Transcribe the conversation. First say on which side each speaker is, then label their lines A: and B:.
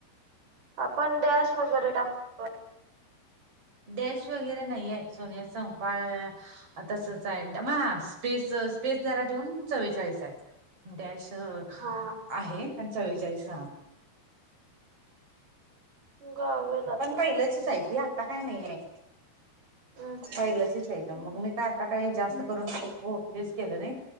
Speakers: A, on the right (about 65°); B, on the right (about 35°).
A: आपण डॅश वगैरे टाकतोय.
B: डॅश वगैरे नाहीये सोनिया संकपाळ तसच हाय म स्पेस स्पेस जरा ठेवून चव्वेचाळीस हाय. डॅश आहे
A: हा
B: आणि चव्वेचाळीस हा.
A: गावेल आता
B: पण पयलचीच हाय ती, आता काय नाहीेये.
A: हम्म
B: पहिलंचीच आहे त मग मी काय आता काही जास्त करून हो तेच केलं नाही